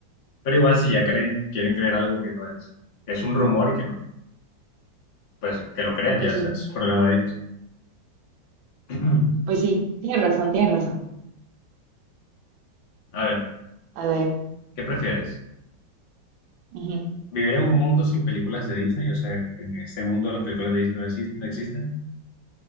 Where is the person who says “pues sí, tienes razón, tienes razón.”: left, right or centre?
Right